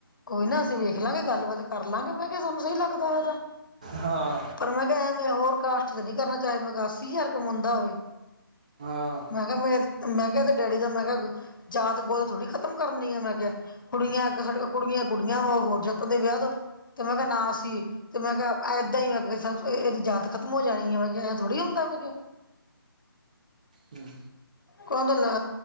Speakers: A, on the left; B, on the right.
A: ਕੋਈ ਨਾ ਅਸੀਂ ਵੇਖ ਦੇਖ ਲਵਾਂਗੇ ਗੱਲਬਾਤ ਕਰ ਲਵਾਂਗੇ ਮੈਂ ਕਿਹਾ ਸਾਨੂੰ ਸਹੀ ਲੱਗਦਾ ਹੋਇਆ ਤਾਂ
B: ਹਾਂ
A: ਪਰ ਮੈਂ ਕਿਹਾ, ਐਵੇਂ ਹੋਰ ਕਾਸਟ ਤਾਂ ਨਹੀਂ ਕਰਨਾ, ਚਾਹੇ ਮੈਂ ਕਿਹਾ ਅੱਸੀ ਹਜ਼ਾਰ ਕਮਉਦਾ ਹੋਵੇ
B: ਹਾਂ
A: ਮੈਂ ਕਿਹਾ ਮੈਂ ਮੈਂ ਕਿਹਾ ਇਹਦੇ ਡੈਡੀ ਦਾ ਮੈਂ ਕਿਹਾ ਜਾਤ ਗੋਦ ਥੋੜੀ ਖਤਮ ਕਰਨੀ ਆ ਮੈਂ ਕਿਆ, ਕੁੜੀਆਂ ਸਾਡੇ ਕੋਲ ਕੁੜੀਆਂ ਕੁੜੀਆਂ ਵਾ ਹੋਰ ਜਾ ਤ ਦੇ ਵਿਆਹ, ਦੋ ਤੇ ਮੈਂ ਕਿਹਾ ਨਾ ਅਸੀਂ ਤੇ ਮੈਂ ਕਿਹਾ ਏਦਾਂ ਹੀ, ਮੈਂ ਕਿਹਾ ਇਹਦੀ ਜਾਤ ਖਤਮ ਹੋ ਜਾਣੀ ਹੈ। ਮੈਂ ਕਿਹਾ ਥੋੜ੍ਹੀ ਹੁੰਦਾ ਮੈਂ ਕਿਹਾ।
B: ਹੂੰ
A: ਕੈਂਦੇ ਲੈ,